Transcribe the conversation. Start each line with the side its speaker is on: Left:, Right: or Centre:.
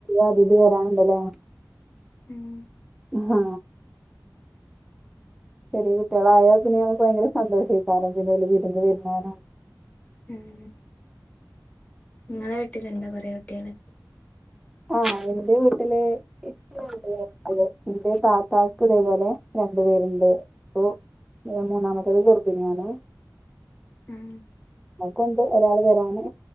Centre: അതിഥി വരാനുണ്ടല്ലേ
Left: ഉം
Centre: ഉമ്മ ചെറിയ കുട്ടികളായോ പിന്നെയക്ക് ഭയങ്കര സന്തോഷേക്കാരം പിന്നെഓല്ല് വീരുന്ന് വരുന്നാനോ
Left: ഉം നിങ്ങളെ വീട്ടിലുണ്ടോ കൊറെ കുട്ട്യാള്
Centre: ആഹ് എന്റെ വീട്ടില് <unintelligible> ഇന്റെ താത്താക്ക് ഇതേപോലെ രണ്ടു പേരുണ്ട് അപ്പൊ ഏ മൂന്നാമത്തേത് ഗർഭിണിയാണ്
Left: അഹ്
Centre: നക്കുണ്ട് ഒരാൾ വരാണ്